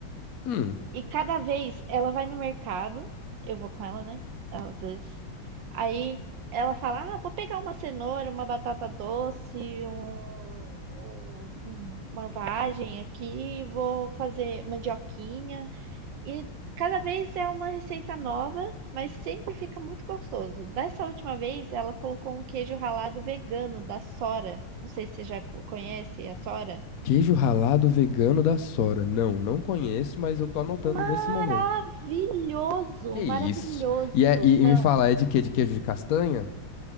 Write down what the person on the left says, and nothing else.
Hum,
queijo ralado vegano da Sora. Não, não conheço, mas eu tô anotando
nesse momento. Que isso?
E, é- e,
e me fala, é de quê? De queijo de castanha?